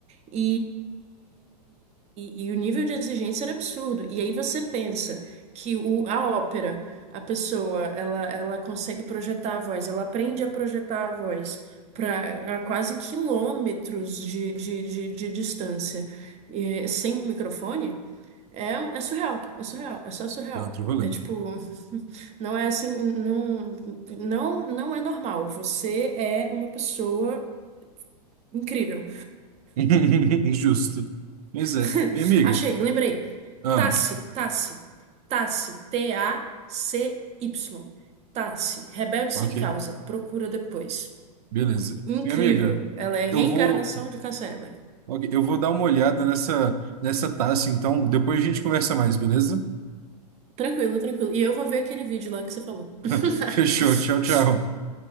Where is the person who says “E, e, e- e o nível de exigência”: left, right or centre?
Right